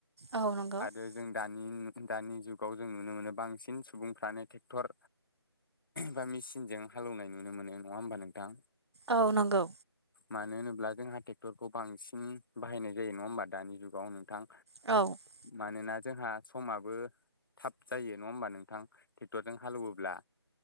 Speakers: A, on the right; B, on the left.
A: औ नंगौ
B: आरो जों दानि दानि जुगाव जों नुनो मोनो बांसिन सुबुंफ्रानो ट्रेक्टर बा मेचिनजों हालौवनाय नुनो मोनो नङा होमबा नोंथां
A: औ नंगौ
B: मानो होनोब्ला जोंहा ट्रेक्टरखौ बांसिन बाहायनाय जायो नङा होमबा दानि जुगाव नोंथां
A: औ
B: मानो ना जोंहा समाबो थाब जायो नङा होमबा नोंथां ट्रेक्टरजों हालेवोब्ला